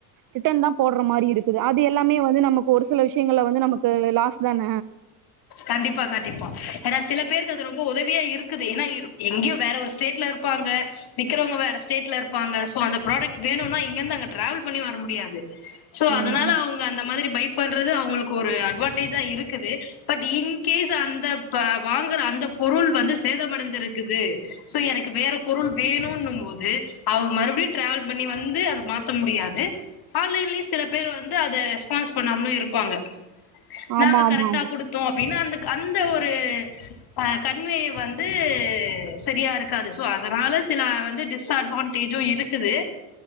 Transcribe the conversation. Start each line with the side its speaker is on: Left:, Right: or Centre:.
Right: ரிட்டன்தா போட்ற மாரி இருக்குது அது எல்லாமே வந்து நமக்கு ஒரு சில விஷயங்கள்ல வந்து நமக்கு லாஸ் தான
Left: கண்டிப்பா கண்டிப்பா ஏனா சில பேருக்கு அது ரொம்ப உதவியா இருக் க்குது ஏனா இரு எங்கயோ வேற ஒரு ஸ்டேட்ல இருப்பாங்க விக்கறவங்க வேற ஸ்டேட்ல இருப்பாங்க சோ அந்த புராடைக்ட் வேணும்னா இங்கந்து அங்க டிராவல் பண்ணி வர முடியாது சோ
Right: ஆமா
Left: அதனால அவங்க அந்த மாதிரி பை பண்றது அவங்களுக்கு ஒரு அட்வான்டேஜ்ஜா இருக்குது பட் இன்கேஸ் அந்த ப்ப வாங்குற அந்த பொருள் வந்து சேதமடைஞ்சிருக்குது சோ எனக்கு வேற பொருள் வேணுன்னும் போது அவங்க மறுபடியு டிராவல் பண்ணி வந்து அத மாத்த முடியாது ஆன்லைன்லயு சில பேர் வந்து அத ரெஸ்பான்ஸ் பண்ணாமலு இருப்பாங்க
Right: ஆமா
Left: நாங்க
Right: ஆமா
Left: கரெக்டா குடு அப்டின்னா அந்த க அந்த ஒரு அஹ் கண்வே வந்து சரியா இருக்காது சோ அதனால சில வந்து டிஸ்அட்வான்டேஜும் இருக்குது